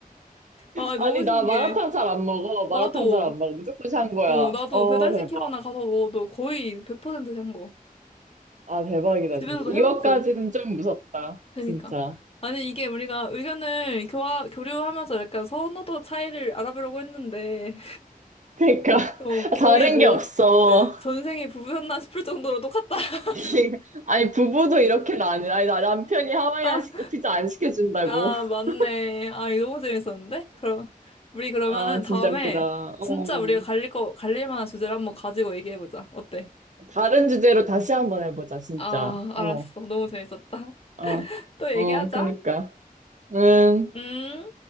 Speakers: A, on the left (about 40°); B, on the right (about 55°).
A: 아
B: 아니,
A: 너무 신기해.
B: 나 마라탕 잘 안 먹어. 마라탕
A: 나도.
B: 잘 안 먹어. 무조건 샹궈야.
A: 어 나도
B: 어,
A: 배달시키거나
B: 대박.
A: 가서 먹어도 거의 100%한 고
B: 아, 대박이다,
A: 집에서도
B: 진짜. 이거까지는
A: 해먹고.
B: 좀 무섭다.
A: 그니까.
B: 진짜.
A: 아니, 이게 우리가 의견을 교화, 교류하면서 약간 선호도 차이를 알아보려고 했는데,
B: 그러니까
A: <laughs> 어,
B: <laughs>
A: 거의
B: 다른
A: 뭐,
B: 게 없어.
A: 전생에 부부였나 싶을 정도로 똑같다. <laughs>
B: <laughs> 아니 부부도 이렇게 나는 아니 나 남편이 하와이안
A: 아,
B: 시 피자 안 시켜준다고.
A: 아,
B: <laughs>
A: 맞네. 아, 이거 너무 재밌었는데? 그럼, 우리 그러면은
B: 아 진짜
A: 다음에
B: 웃기다. 어
A: 진짜 우리가 갈릴 거, 갈릴 만한 주제를 한번 가지고 얘기해보자. 어때?
B: 다른 주제로 다시 한번 해보자 진짜.
A: 아, 알았어.
B: 어
A: 너무 재밌었다. <laughs>
B: 어
A: 또 얘기하자.
B: 어 그니까. 응
A: 음.